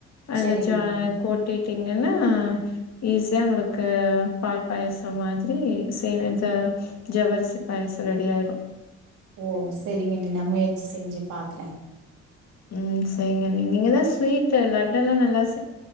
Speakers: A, on the left (about 60°); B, on the right (about 85°).
A: அல்ல
B: சரிங்கண்ணே
A: ஜா கோட்டி என்னா ஈஸியா உங்களுக்கு பால் பாயசம் மாதிரி செய் <unintelligible> ஜவ்வரிசி பாயசம் ரெடி ஆயிரும்
B: ஓ சரிங்கண்ணி நா முயற்சி செஞ்சு பாக்குறேன்
A: உம் செரிங்கண்ணி நீங்கதா ஸ்வீட் லட்டு எல்லாம் நல்லா ஸ்